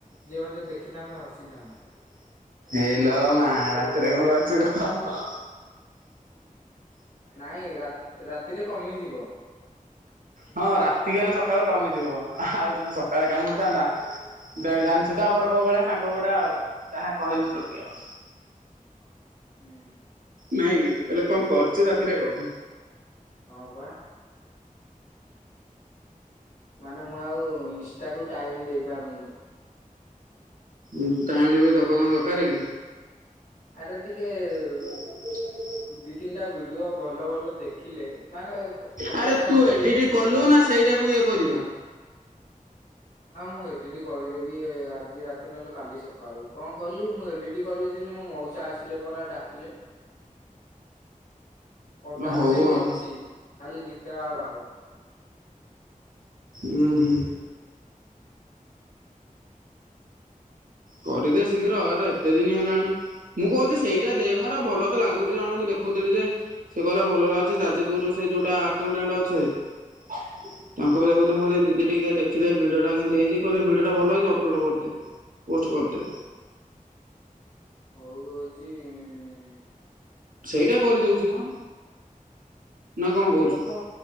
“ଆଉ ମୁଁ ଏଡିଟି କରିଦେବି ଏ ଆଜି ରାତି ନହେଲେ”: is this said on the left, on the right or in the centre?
Left